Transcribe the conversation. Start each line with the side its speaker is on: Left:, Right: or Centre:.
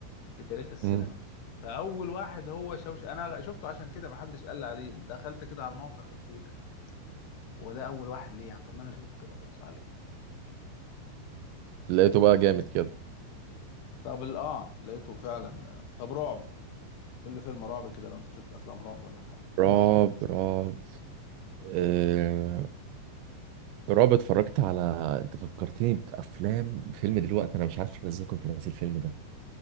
Left: في تاريخ السينما
Right: مم.
Left: فاول واحد هو شوش انا شفته عشان كده ما حدش قال لي عليه دخلت كده على الموقع قلت ايه ده هو ده اول واحد ليه يعني طب ما انا اشوفه كده وابص عليه
Right: لقيته بقى جامد كده
Left: طب ال- اه لقيته فعلا طب رعب قول لي فيلم رعب كده لو انت شفت افلام رعب ولا حاجه
Right: رعب رعب آه... رعب اتفرجت على انت فكرتني بافلام فيلم دلوقتي انا مش عارف أنا ازاي كنت ناسي الفيلم ده